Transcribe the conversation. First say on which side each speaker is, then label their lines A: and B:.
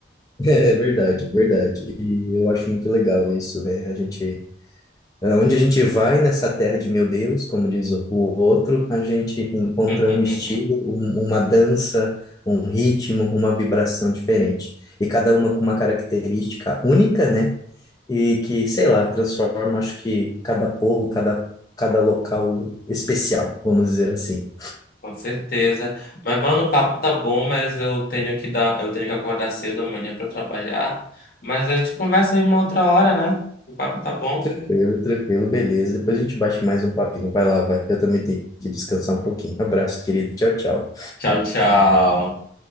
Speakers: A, on the left; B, on the left.
A: É verdade, é verdade. E eu acho muito legal isso, né? A gente Ah, Onde a gente vai nessa terra de meu Deus, como diz o o outro, a gente encontra
B: <laughs>
A: um estilo, um- uma dança, um ritmo, uma vibração diferente. E cada uma com uma característica única, né? E que, sei lá, transforma, acho que cada povo, cada, cada local especial, vamos dizer assim.
B: Com certeza. Mas, mano, o papo tá bom, mas eu tenho que dar, eu tenho que acordar cedo amanhã pra trabalhar. Mas a gente conversa aí uma outra hora, né? O papo tá bom.
A: Tranquilo, tranquilo, beleza. Depois a gente bate mais um papinho. Vai lá, vai. Eu também tenho que descansar um pouquinho. Abraço, querido. Tchau, tchau.
B: Tchau, tchau.